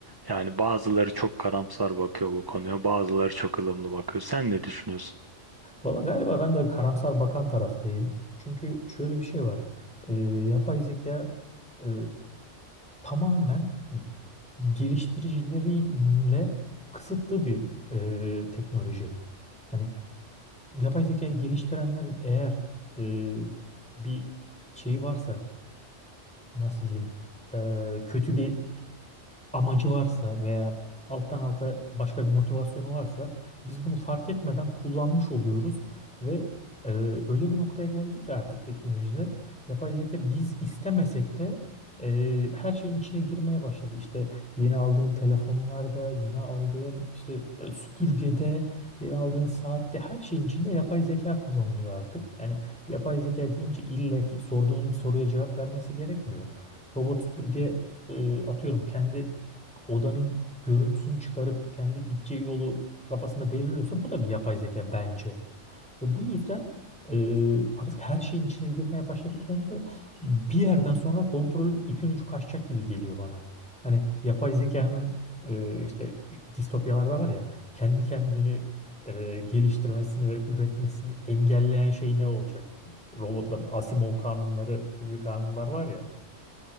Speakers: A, on the right; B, in the centre.
A: Yani bazıları çok karamsar bakıyor bu konuya, bazıları çok ılımlı bakıyor. Sen ne düşünüyorsun?
B: Valla galiba ben de karamsar bakan taraftayım. Çünkü şöyle bir şey var. Ee, yapay zeka e, tamamen geliştiricileriyle kısıtlı bir e, teknoloji. Hani yapay zekayı geliştirenlerin eğer e, bir şeyi varsa nasıl diyeyim e, kötü bir amacı varsa veya alttan alta başka bir motivasyonu varsa biz bunu fark etmeden kullanmış oluyoruz ve e, öyle bir noktaya geldi ki artık teknolojide yapay zeka biz istemesek de e, her şeyin içine girmeye başladı. İşte yeni aldığın telefonlarda, yeni aldığın işte e, süpürgede, yeni aldığın saatte her şeyin içinde yapay zeka kullanılıyor artık. Yani yapay zeka deyince illa ki sorduğun bir soruya cevap vermesi gerekmiyor. Robot süpürge e, atıyorum kendi odanın görüntüsünü çıkarıp kendi gideceği yolu kafasında belirliyorsa bu da bir yapay zeka bence. Ve bu yüzden e, artık her şeyin içine girmeye başladıklarında bir yerden sonra kontrolün ipin ucu kaçacak gibi geliyor bana. Hani yapay zekanın e, işte distopyalarda var ya kendi kendini e, geliştirmesini ve üretmesini engelleyen şey ne olacak? Robotların Asimov kanunları gibi kanunlar var ya.